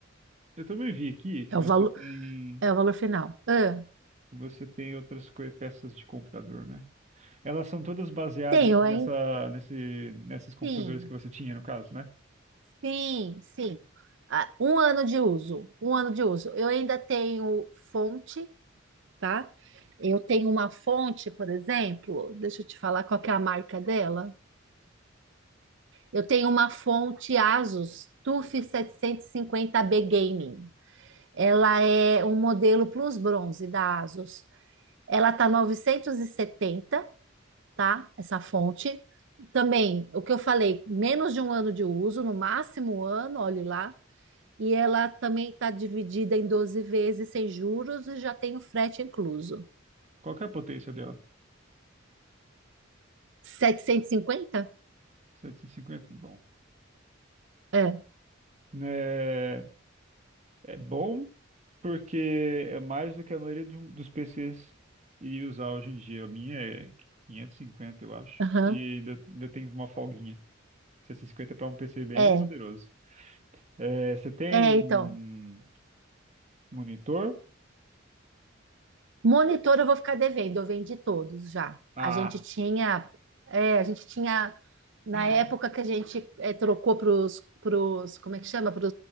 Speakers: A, on the right; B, on the right.
A: Eu também vi aqui que
B: É
A: você
B: o valor,
A: tem
B: é o valor final. Ah,
A: você tem outras coi- peças de computador, né? Elas são todas baseadas
B: tenho,
A: nessa
B: hein?
A: nesse nesses computadores
B: Sim,
A: que você tinha no caso, né?
B: sim, sim. Ah, um ano de uso, um ano de uso. Eu ainda tenho fonte, tá? Eu tenho uma fonte, por exemplo, deixa eu te falar qual que é a marca dela. Eu tenho uma fonte Asus TUF 750B Gaming. Ela é um modelo Plus Bronze da Asus. Ela tá novecentos e setenta tá? Essa fonte. Também, o que eu falei, menos de um ano de uso, no máximo um ano, olhe lá. E ela também está dividida em 12 vezes sem juros e já tem o frete incluso.
A: Qual que é a potência dela?
B: 750?
A: setecentos e cinquenta bom.
B: É,
A: É, é bom, porque é mais do que a maioria de um- dos PCs iria usar hoje em dia. A minha é 550, eu acho.
B: aham.
A: E ainda, ainda tem uma folguinha. 750 para um PC bem
B: É,
A: poderoso. É, você tem
B: é, então.
A: monitor?
B: Monitor eu vou ficar devendo, eu vendi todos já.
A: Ah,
B: A gente tinha, é, a gente tinha, na
A: <laughs>
B: época que a gente é, trocou para os, como é que chama? Para